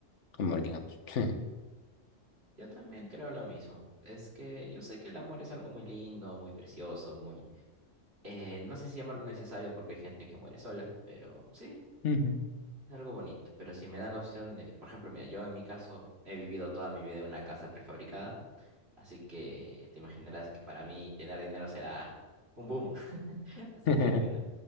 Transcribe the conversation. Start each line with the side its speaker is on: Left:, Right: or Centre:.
Left: amor, digamos. <laughs>
Right: yo también creo lo mismo. Es que yo sé que el amor es algo muy lindo, muy precioso, muy eh, no sé si llamarlo necesario porque hay gente que muere sola, pero sí,
Left: Ujú.
Right: Es algo bonito, pero si me dan la opción de, por ejemplo, mira, yo en mi caso he vivido toda mi vida en una casa prefabricada, así que te imaginarás que para mí tener dinero será un boom. <laughs> Así
Left: <laughs>
Right: que bueno,